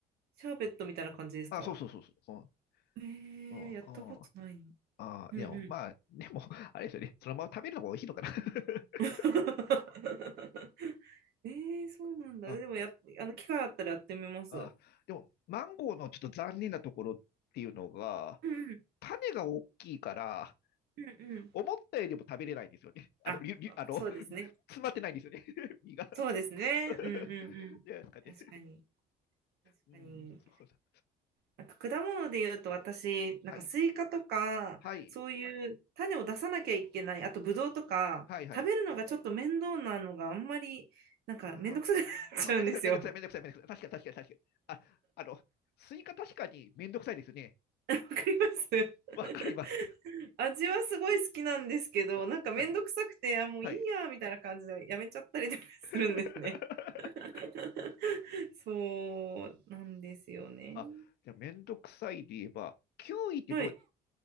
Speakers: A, on the right; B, on the left.
A: シャーベットみたいな感じですか
B: あ、そうそうそうそう。
A: えー、
B: うん、
A: やったことないの
B: うん、うん。あーいや、
A: うんうん。
B: まあ、でも、<laughs> あれですよね。そのまま食べるのが美味しいのかな。<laughs>
A: <laughs> えー、そうなんだ。
B: うん、
A: でもや、
B: いや
A: あの、機会あったらやってみます。
B: あー、でも、マンゴーのちょっと残念なところっていうのが、
A: うん
B: 種が大きいから、
A: うんうんうん。
B: 思ったよりも食べれないんですよね。あの、
A: あ、
B: りゅりゅあの
A: そうですね。
B: 詰まってないんですよね。<laughs> 身が。
A: そうですね。
B: <laughs>
A: うんうんうん。
B: じゃないですかね。
A: 確かに。確かに。
B: うん、そうだ。
A: なんか果物で言うと私、なんかスイカとか、
B: はい。はい。
A: そういう種を出さなきゃいけない、あとブドウとか、
B: はいはい。
A: 食べるのがちょっと面倒なのがあんまり、なんか面倒くさくなっちゃうんですよ。
B: あーあ、めんどくさい、めんどくさい、めんどくさい、めんどくさい。確かに、確かに、確かに。あ、あの、スイカ確かにめんどくさいですよね。
A: わかります
B: わかります。
A: <laughs> 味はすごい好きなんですけど、
B: あはい、
A: なんかめんどくさくて、あ、もういいや、
B: はい。
A: みたいな感じでやめちゃったりとかするんですね。
B: <laughs>
A: <laughs> そうなんですよね。
B: あ、じゃあ、めんどくさいで言えば、キウイってどう、
A: はい。